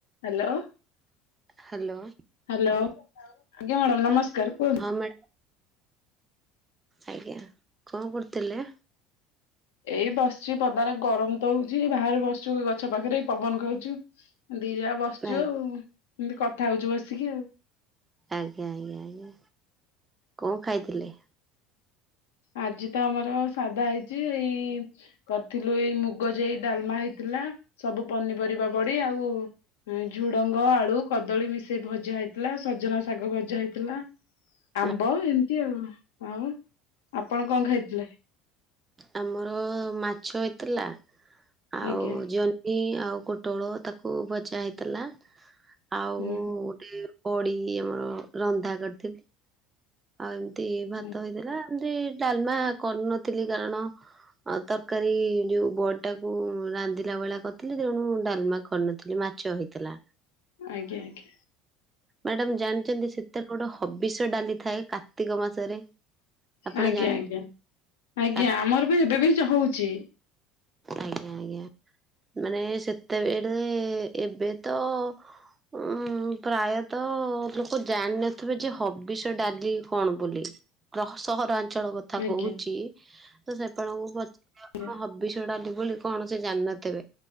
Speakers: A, on the left; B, on the right.
A: Hello.
B: Hello.
A: Hello ଆଜ୍ଞା madam ନମସ୍କାର କୁହନ୍ତୁ।
B: ହଁ ମ୍ୟାଡ଼ ଆଜ୍ଞା କଣ କରୁଥିଲେ?
A: ଏଇ ବସିଚୁ ପଦାରେ ଗରମ ତ ହଉଛିି ବାହାରେ ବସଛୁ ଗଛ ପାଖରେ ଏଇ ପବନ ଖାଉଛୁ। ଦି ଯା ବସିଛୁ
B: ନାଇଁ
A: ଆଉ ଏମତି କଥା ହଉଛୁ ବସିକି ଆଉ।
B: ଆଜ୍ଞା ଆଜ୍ଞା ଆଜ୍ଞା କଣ ଖାଇଥିଲେ?
A: ଆଜି ତ ଆମର ସାଧା ହେଇଛି ଏଇ କରିଥିଲୁ ଏଇ ମୁଗ ଯାଇ ଡାଲମା ହେଇଥିଲା ସବୁ ପନିପରିବା ପଡି ଆଉ ହୁଁ ଝୁଡଙ୍ଗ, ଆଳୁ, କଦଳୀ ମିଶେଇ ଭଜା ହେଇଥିଲା ସଜନାଶାଗ ଭଜା ହେଇଥିଲା।
B: <inaudible>
A: ଆମ୍ବ ଏମିତି ଆଉ ଆଉ ଆପଣ କଣ ଖାଇଥିଲେ?
B: ଆମର ମାଛ ହେଇଥିଲା। ଆଉ
A: ଆଜ୍ଞା।
B: ଜହ୍ନି ଆଉ କୋଟଳ ତାକୁ ଭଜା ହେଇଥିଲା। ଆଉ
A: ହୁଁ
B: ଟିକେ ପଡି ଆମର ରନ୍ଧା କରିଥିଲେ। ଆଉ ଏମିତି ଭାତ
A: ହୁଁ
B: ହେଇଥିଲା ଏମତି ଡାଲମା କରୁନଥିଲି କାରଣ ଆ ତରକାରୀ ଯୋଉ ବଡିଟା କୁ ରାନ୍ଧିଲା ଭଳିଆ କରିଥିଲି ତେଣୁ ଡାଲମା କରିନଥିଲି ମାଛ ହେଇଥିଲା।
A: ଆଜ୍ଞା ଆଜ୍ଞା
B: ମ୍ୟାଡାମ ଜାଣିଛନ୍ତି ସେତେକଡ ହବିଷ ଡାଲି ଥାଏ କାର୍ତ୍ତିକ ମାସରେ? ଆପଣ
A: ଆଜ୍ଞା
B: ଜାଣି
A: ଆଜ୍ଞା ଆଜ୍ଞା
B: କା
A: ଅମାରିବି ଏବେ ବି ହଉଛି।
B: ଆଜ୍ଞା ଆଜ୍ଞା ମାନେ ସେତେବେଳେ ଏବେ ତ ଉଁ ପ୍ରାୟତଃ ଲୋକ ଜାଣିନଥିବେ ଯେ ହବିଷ ଡାଲି କଣ ବୋଲି? ରହ ସହରାଞ୍ଚଳ କଥା
A: ଆଜ୍ଞା
B: କହୁଛି ତ ସେ ଆପଣଙ୍କୁ ପ <unintelligible>
A: ଆଜ୍ଞା
B: ହବିଶ୍ ଡାଲି ବୋଲି କଣ ସେ ଜାଣିନଥିବେ।